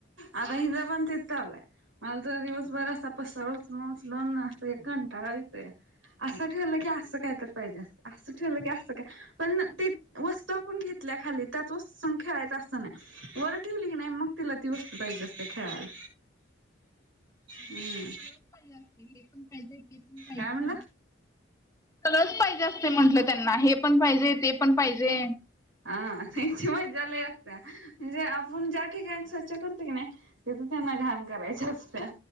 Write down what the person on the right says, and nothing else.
आता हिज पण तेच चालुय मला तर दिवसभर असा पसारा उचलुन उचलुन अस कंटाळा येतोया असं ठेवलं की असं काय तर पाहिजे असतं अस ठेवलं की असं काय पण ती वस तो आपण घेतल्या खाली त्याच वस्तु खेळायचा असं नाही. वर ठेवली की नाही मग तिला ती वस्तू पाहिजे असतीया खेळायला
हम्म
काय म्हणला?
हा त्याची मजा लय असत्या म्हणजे आपण ज्या ठिकाणी स्वच्छ करतो की नाही. तिथं त्यांना घाण करायची असतीया